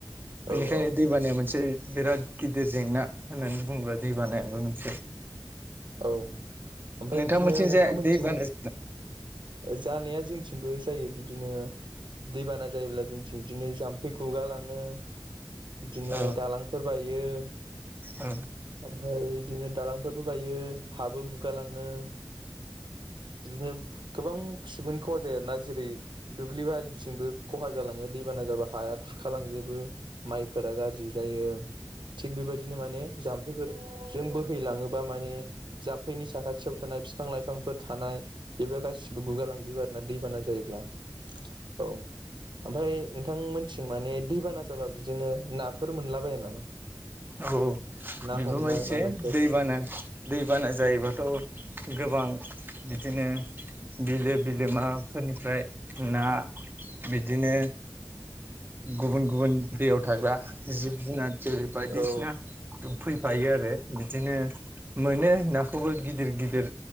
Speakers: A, on the right; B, on the right.
A: औ
B: बेनिखायनो
A: औ
B: दै बानाया मोनसे बिराद गिदिर जेंना होननानै बुङोबा दै बानायाबो मोनसे
A: औ ओमफ्राय
B: नोंथांमोनथिं
A: बिदिनो नोंथांमोनथिं
B: जाया दैबाना
A: जानाया जों जंबो जायो बिदिनो दैबाना जायोब्ला जोंथिं बिदिनो जाम्फै खुगालाङो बिदिनो
B: औ
A: दालांफोर बाय जायो
B: औ
A: ओफ्रायफ्रायदिनो दालांुरबो बाय हाबो गुगालाङो बिदिनो गोबां सुबुंनि खहा जायो आरोना जेरै दुब्लि बारिथिंबो खहा जालाङो दैबाना जाबा हाया खुरखालांजोबो माइफोरा गाज्रि जायो थिग बेबायदिनो माने जाम्फैफोरजों बोहैलाङोबा माने जामफैनि साखाथियाव थानाय बिफां लाइफांफोर थानाय बेबो गासिबो गुगाालांजोबो आरोोना दैबाना ज जायो औ मफ्राय नोंथ थं माने दैबाना जाबा बिदिनो नाफोर मोनलाबायो नामा
B: औ
A: ना
B: बेबो
A: हमनाय
B: मोनसे
A: मानायफोर
B: दैबाना दै बाना जायोबाथ' गोबां बिदिनो बिलो बिलोमाफोरनिफ्राय ना बिदिनो गुबुन गुबुन दैयाव थाग्रा जिब जुनार जोलै बायदिसिना
A: औ
B: फैफायो आरो बिदिनो मोनो नाखौबो गिदिर गिदिर